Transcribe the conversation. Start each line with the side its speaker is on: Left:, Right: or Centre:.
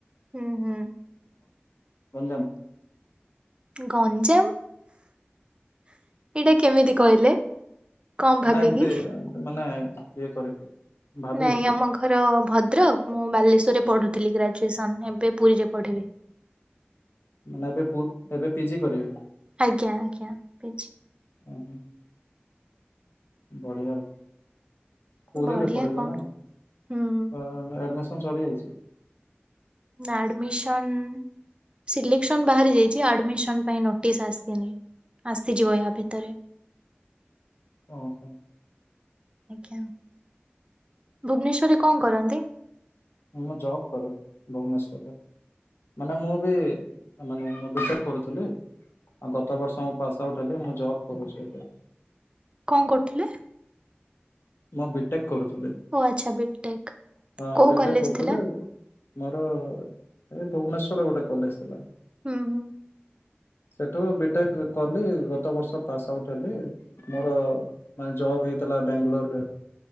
Right: ଉଁ, ହୁଁ।
Left: ଗଞ୍ଜାମ।
Right: ଗଞ୍ଜାମ, ଏଇଟା କେମିତି କହିଲେ? କଣ ଭାବିକି
Left: ନାଇଁ ଏମତି ଏତି ମାନେ ଇଏ କରିକି ଭାବିକି
Right: ନାଇଁ
Left: କହିଲି
Right: ଆମ ଘର ଭଦ୍ରକ। ମୁଁ ବାଲେଶ୍ୱରରେ ପଢୁଥିଲି। ଗ୍ରାଜୁଏସନ ଏବେ ପୁରୀରେ ପଢ଼ିବି।
Left: ମାନେ ଏବେ ପୁ ଏବେ ପିଜି କରିବେ?
Right: ଆଜ୍ଞା, ଆଜ୍ଞା, ପି ଜି।
Left: ଉଁହୁଁ, ବଢିଆ ଆଉ। ପୁରୀରେ
Right: ବଢିଆ
Left: ପଢିବା
Right: କଣ
Left: ନାଇଁ,
Right: ହୁଁ
Left: ତ ଆଡମିସନ ସରିଯାଇଛି?
Right: ନା ଆଡ଼ମିସନ ସିଲେକ୍ସନ ବାହାରି ଯାଇଚି। ଆଡମିସନ ପାଇଁ ନୋଟିସ ଆସିନି। ଆସିଯିବ ୟା ଭିତରେ।
Left: ଓହୋ।
Right: ଆଜ୍ଞା, ଭୁବନେଶ୍ୱରରେ କଣ କରନ୍ତି?
Left: ମୁଁ ଜବ୍ କରେ ଭୁବନେଶ୍ଵରରେ। ମାନେ ମୁଁ ବି ମାନେ ମୁଁ ବିଟେକ୍ କରୁଥିଲି। ଆଉ ଗତ ବର୍ଷ ମୁ ପାସ ଆଉଟ ହେଲି। ମୁଁ ଜବ କରୁଚି ଏବେ।
Right: କଣ କରୁଥିଲେ?
Left: ମୁଁ ବିଟେକ୍ କରୁଥିଲି। ହଁ,
Right: ଓ ଆଚ୍ଛା ବିଟେକ୍ କୋଉ
Left: ବିଟେକ୍
Right: କଲେଜ
Left: କରୁଥିଲି
Right: ଥିଲା
Left: ମୋର ଏ ଭୁବନେଶ୍ୱରର ଗୋଟେ କଲେଜ ଥିଲା।
Right: ହୁଁ ହୁଁ।
Left: ସେଠୁ ବିଟେକ୍ କଲି, ଗତ ବର୍ଷ ପାସ୍ ଆଉଟ୍ ହେଲି ମୋର ମାନେ ଜବ୍ ହେଇଥିଲା ବାଙ୍ଗାଲୋର